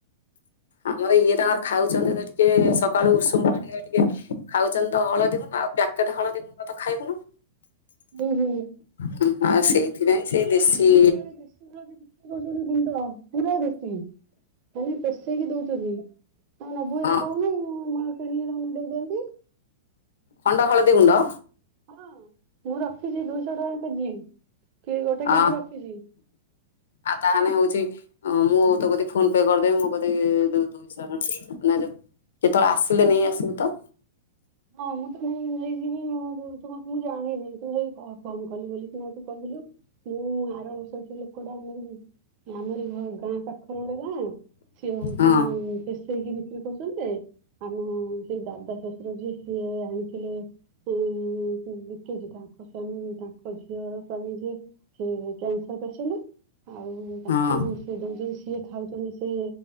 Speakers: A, on the left; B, on the right.
A: ଆମର ଇଏ ଟାଙ୍କମର ଖାଉଛନ୍ତିିକେ ଟିକେ ସକାଳୁ ଉଷୁମ ପାଣିରେ ଟିକେ ଖାଉଛନ୍ତି ତ ହଳଦୀ ଗୁଣ୍ଡ ଆଉ ପ୍ୟାକେଟ ହଳଦୀ ବତ ତ ଖାଇବୁନ
B: ହୁଁ ହୁଁ।
A: ହୁଁ ହଉ ସେଇ।
B: ଆ
A: ଦେଶୀ
B: ଆମର ଇଆଡେ ଦେଶ କରଛନ୍ତି ମୁଣ୍ଡ ପୁରା ଦେଶୀ। ତାଲେ ପେଷେଇକି ଦଉଛନ୍ତି। ଆଉ ନବୁ
A: ହଁ
B: ଏତେ କହୁନୁ ନହେଲେ ମୁଁ କିଣିକି ଦେଇଦିଅନ୍ତି
A: ଖଣ୍ଡ ହଳଦୀ ଗୁଣ୍ଡ।
B: ହଁ। ମୁଁ ରଖିଛି ଦୁଇଶହ ଟଙ୍କା କେଜି। କି ଗୋଟେ କେଜି
A: ଅ
B: ରଖିଛି।
A: ଆଉ ତାହାନେ ହଉଛି। ହଁ ମୁଁ ତୋ କତିକି ଫୋନ ପେ କରିଦେବି ମୁଁ କତିକି ଦୁଇଶହ ଟଙ୍କ କେତେବେଳେ ଆସିଲେ ନେଇ ଆସିବୁ ତ।
B: ହଁ ମୁଁ ତ ନେଇ ନେଇଯିବି ମୁଁ ଜାଣିନି ତୁ ନେଇ କଲ୍ କଲୁ ବୋଲି। ମ ତୁ କହିଲୁ ମୁଁ ଆର ବ ଲୋକ <unintelligible> ଆମର ଏ ଗାଁ ପାଖର ଗୋଟେ ଗାଁ ସିଏ ହଉଛି
A: ହଁ
B: ପେଷେଇକି ବିକ୍ରି କରୁଛନ୍ତି। ଆମ ସେଇ ଦାଦା ଶ୍ୱଶୁର ଯିଏ। ସିଏ ଆଣିଥିଲେ ଦେଛି ତାଙ୍କ ସଵାମୀ ତାଙ୍କ ଝିଅର ସ୍ଵାମୀ ଯେ ସେ କ୍ୟାନସର ପସେଣ୍ଟ। ଆଉ ତାଙ୍କୁ
A: ହଁ
B: ସେିଏ ଦଉଛନ୍ତି ସିଏ ଖାଉଛନ୍ତି। ସେ।